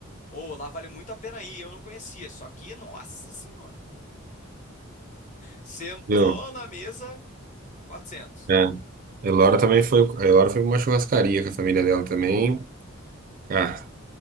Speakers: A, on the left; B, on the right.
A: Ou lá vale muito a pena ir, eu não conhecia. Só que, nossa senhora. Sentou
B: Viu?
A: na mesa, 400.
B: É. A Elora também foi, a Elora foi pra uma churrascaria com a família dela também. Ah,